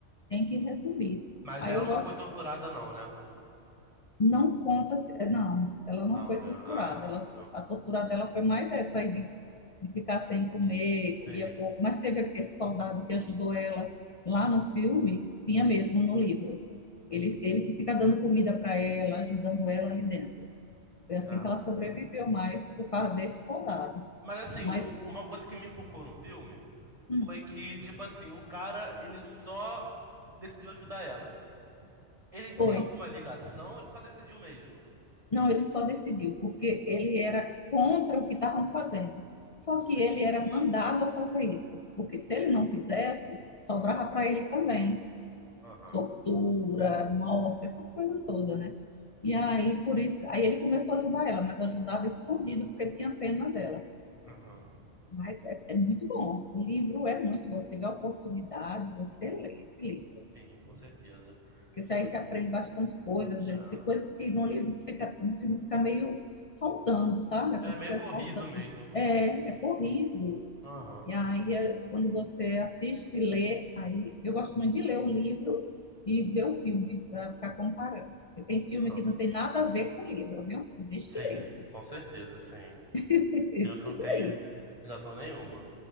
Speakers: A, on the left; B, on the right.
A: tem que resumir.
B: Mas
A: Aí
B: ela
A: eu
B: não
A: gosto,
B: foi torturada, não, né?
A: não conta, é, não, ela
B: Não,
A: não foi
B: né?
A: torturada,
B: Ah, sim.
A: ela foi-
B: Não,
A: a tortura
B: é.
A: dela foi mais essa aí de, de ficar sem comer,
B: Sim.
A: comia pouco, mas teve esse soldado que ajudou ela lá no filme, tinha
B: Uhum.
A: mesmo no livro. Ele, ele que fica dando comida para ela, ajudando ela ali dentro. Foi
B: Caraca.
A: assim que ela sobreviveu mais por causa desse soldado.
B: Mas assim,
A: Mas
B: o- uma coisa que me inculcou no filme
A: hum,
B: foi que, tipo assim, o cara, ele só decidiu ajudar ela. Ele tinha
A: foi,
B: alguma ligação, ele só decidiu mesmo.
A: Não, ele só decidiu, porque ele era contra o que estavam fazendo. Só
B: Sim,
A: que ele era mandado a fazer isso, porque se
B: sim.
A: ele não fizesse, sobrava
B: é.
A: para ele também
B: Aham,
A: tortura, morte, essas coisas todas, né? E aí, por isso, aí ele começou a ajudar ela, mas ajudava escondido, porque tinha pena dela.
B: aham.
A: Mas é, é muito bom. O livro é muito bom. Teve a oportunidade, você lê esse livro.
B: Sim, com certeza.
A: Porque isso aí
B: Tu-
A: você aprende bastante coisa, gente.
B: é.
A: Tem coisas que no livro fica, no filme fica meio faltando, sabe? É
B: É
A: como
B: meio
A: se estivesse
B: corrido
A: faltando.
B: mesmo.
A: É, é corrido.
B: Aham,
A: E aí, é- quando você assiste e lê, aí eu gosto muito de ler o livro e ver o filme, para ficar comparando. Porque tem filme
B: aham.
A: que não tem nada a ver com o livro, viu? Existe
B: Sim,
A: esses.
B: com certeza, sim.
A: <laughs> Esses
B: Tem uns que não tem
A: aí.
B: ligação nenhuma.